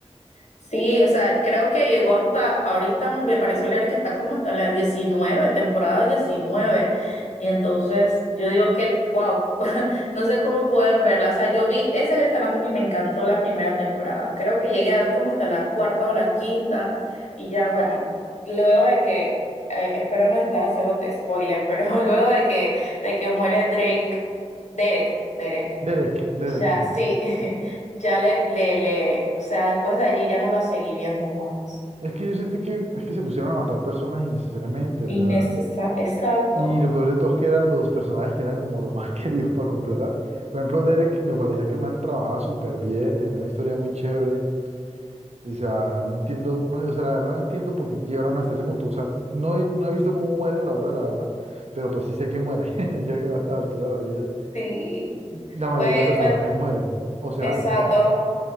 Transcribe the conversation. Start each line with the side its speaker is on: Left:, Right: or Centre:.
Left: Sí, o sea, creo que llegó hasta ahorita, me pareció leer que está como hasta la diecinueve temporada diecinueve Y entonces yo digo que, wow, <laughs> no sé cómo pueden verla. O sea, yo vi esa Grey's Anatomy, me encantó la primera temporada. Creo que llegué a ver como hasta la cuarta o la quinta. Y ya, bueno, luego de que, eh, espero no estar haciéndote spoiler, pero <laughs> luego de que, de que muere Drake, Derek, Derek.
Right: Derek, Derek,
Left: Ya,
Right: ajá.
Left: sí, <laughs> ya le, le, le, o sea, después de allí ya no la seguí viendo más.
Right: Es que yo sentí que es que se pusieron a matar personas innecesariamente,
Left: Innecesario,
Right: o sea,
Left: exacto,
Right: y lo peor de todo es que eran los personajes que eran como los más <laughs> queridos para completar. Por ejemplo, Derek me parecía que el man trabajaba súper bien, tenía una historia muy chévere. O sea, no entiendo, no, o sea, la verdad no entiendo por qué llegaron hasta ese punto. O sea, no, he- no he visto cómo muere a la hora de la verdad, pero pues sí sé que muere, <laughs> ya que a esta altura de la vida
Left: sí,
Right: La mayoría
Left: fue,
Right: de personajes
Left: fue,
Right: mueren o se
Left: exacto,
Right: van. Ujú.